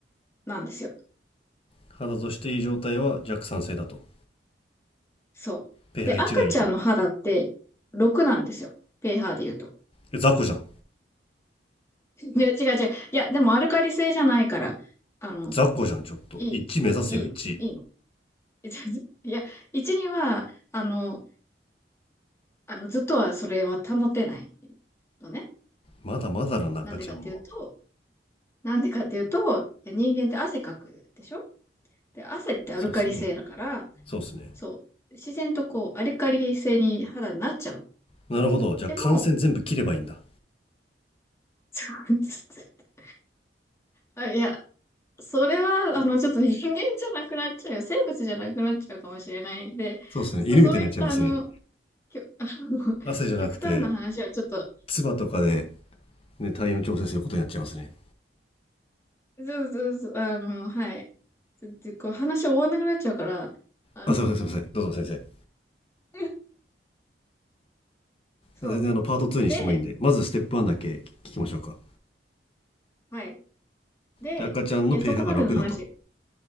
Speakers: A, on the left; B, on the left.
A: なんですよ。
B: 肌としていい状態は弱酸性だと。
A: そう。
B: ペア1がいいと。
A: で、赤ちゃんの肌って6なんですよ。pH で言うと。
B: え雑魚じゃん。
A: <laughs> いや、違う違う。いや、でもアルカリ性じゃないから、あの、
B: 雑魚じゃん、ちょっと。
A: いい、
B: 1目指せよ、
A: いいの、
B: 1。
A: いいの。えじゃいや、1には、あの、あの、ずっとはそれは保てないのね。
B: まだまだの中ちゃんも。
A: なんでかっていうと、なんでかっていうと、いや人間って汗かくでしょで、汗ってアルカリ性だから、
B: そうっすね。そうっすね。
A: そう、自然とこう、アルカリ性に肌になっちゃう。
B: なるほど。じゃあ感染全部切ればいいんだ。
A: でも、<laughs> あ、いや、それは、あの、ちょっと人間じゃなくなっちゃうよ。生物じゃなくなっちゃうかもしれないんで、
B: そうですね。
A: ちょっとそういった、
B: 犬みたいになっちゃいますね。
A: あの、きょ、あの、<laughs>
B: 汗じゃなくて、
A: 極端な話はちょっと、
B: 唾とかで、ね、体温調整することになっちゃいますね。
A: そうそうそう、あの、はい。で、こう話終わんなくなっちゃうから、あの、
B: あ、すいません、すいません。どうぞ先生。
A: <laughs> そう。
B: 全然あの、パート2にしてもいいんで、
A: それで、
B: まずステップ1だけ聞きましょうか。
A: はい。で、
B: で赤ちゃんの
A: いや、
B: pH
A: そこまでの話、
B: が6だと。